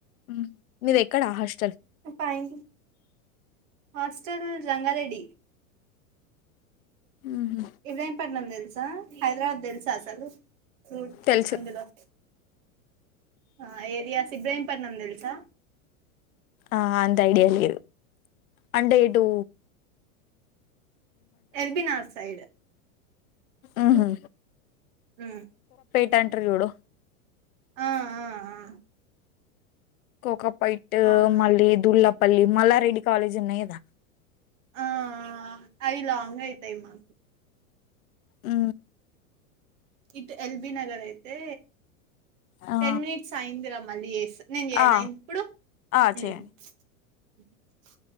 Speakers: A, on the left (about 75°); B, on the right (about 65°).
A: ఉ మిది ఎక్కడ అష్ట
B: పాయింగ హాస్టల్ జన్గారెడ్డి
A: ఉహు,
B: వివయపట్నం తెలుసా హైదరాబాద్ తెలుసా అసలు ఫ్రూట్
A: తెలుసు
B: అందులో ఆ ఏరియా సిబ్రహీంపట్నం తెలుసా
A: ఆ అంత ఐడియా లేదు అంటే ఏ టూ
B: ఎల్బినగర్ సైడ్
A: ఉహు
B: ఉ
A: <unintelligible>
B: ఆ ఆ ఆ
A: కోకా పైట్
B: అవునా
A: మళ్ళీ దుల్లాపల్లి మల్లారెడ్డి కాలేజ్ ఉన్నాయి కదా,
B: ఆ ఆ అయి లాంగ్ అయితాయి, మాకు
A: ఉ
B: ఇట్ ఎల్బి నగర్ అయితే
A: ఆ
B: టెన్ మినిట్స్ అయిందిరా మళ్ళీ చేస్తా నేను చేయన
A: ఆ
B: ఇప్పుడు
A: ఆ,
B: <unintelligible>
A: చేయండి